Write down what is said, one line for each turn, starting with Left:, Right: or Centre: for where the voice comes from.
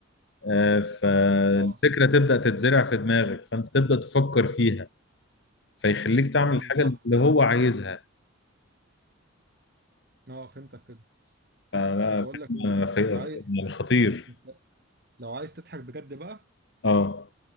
Left: آه، فالفكرة
Right: اه
Left: تبدأ تتزرع في دماغك فأنت تبدأ تفكر فيها فيخليك تعمل
Right: مهم.
Left: الحاجة
Right: صح
Left: اللي هو عايزها
Right: اه فهمتك كده
Left: فلا
Right: طب بقول
Left: فيلم
Right: لك ايه
Left: في-
Right: انت عايز
Left: في- يعني خطير
Right: انت لو عايز تضحك بجد بقى
Left: اه